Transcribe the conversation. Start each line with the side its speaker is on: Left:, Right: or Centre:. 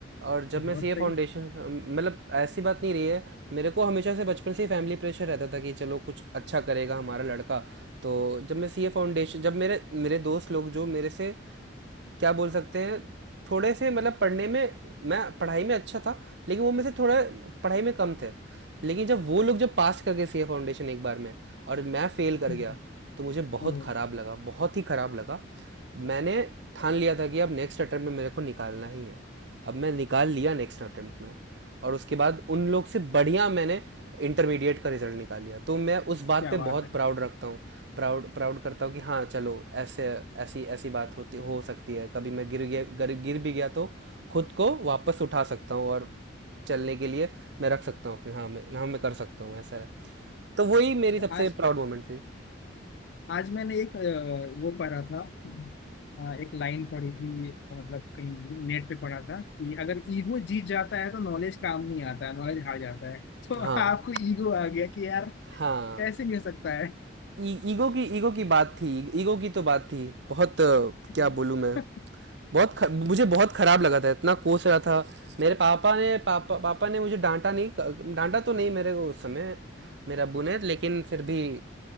Right: और जब मैं
Left: बहुत
Right: सीए
Left: सही
Right: फाउंडेशन मतलब ऐसी बात नहीं रही है मेरे को हमेशा से बचपन से ही फैमिली प्रेशर रहता था कि चलो कुछ अच्छा करेगा हमारा लड़का तो जब मैं सीए फाउंडेशन जब मेरे मेरे दोस्त लोग जो मेरे से क्या बोल सकते हैं थोड़े से मतलब पढ़ने में मैं पढ़ाई में अच्छा था लेकिन वो मेरे से थोड़ा पढ़ाई में कम थे लेकिन जब वो लोग जब पास कर गए सी ए फाउंडेशन एक बार में और मैं फेल कर
Left: हम्म,
Right: गया तो मुझे बहुत
Left: ओह
Right: ख़राब लगा बहुत ही ख़राब लगा मैंने ठान लिया था कि अब नेक्स्ट अटेम्प्ट में मेरे को निकालना ही है अब मैं निकाल लिया नेक्स्ट अटेम्प्ट में और उसके बाद उन लोग से बढ़िया मैंने इंटरमीडिएट का रिजल्ट निकाल लिया तो मैं उस बात
Left: क्या
Right: पे
Left: बात
Right: बहुत
Left: है
Right: प्राउड रखता हूँ प्राउड प्राउड करता हूँ कि हाँ चलो ऐसे ऐसी ऐसी बात होती हो सकती है कभी मैं गिर गया गिर, गिर भी गया तो खुद को वापस उठा सकता हूँ और चलने के लिए मैं रख सकता हूँ अपने हाँ मैं हाँ मैं कर सकता हूँ ऐसा है तो वही मेरी सबसे
Left: आज
Right: प्राउड मोमेंट थी
Left: आज मैंने एक अ, वो पढ़ा था अ, एक लाइन पढ़ी थी मतलब कहीं नेट पे पढ़ा था कि अगर ईगो जीत जाता है तो नॉलेज काम नहीं आता है नॉलेज हार जाता है तो
Right: हाँ
Left: आपको ईगो आ गया कि यार
Right: हाँ
Left: कैसे नहीं हो सकता है
Right: ई- ईगो की ईगो की बात थी ईगो की तो बात थी बहुत अ,
Left: <laughs>
Right: क्या बोलूं मैं बहुत ख, मुझे बहुत खराब लगा था इतना कोस रहा था मेरे पापा ने पापा पापा ने मुझे डांटा नहीं डांटा तो नहीं मेरे को उस समय मेरे अब्बू ने लेकिन फिर भी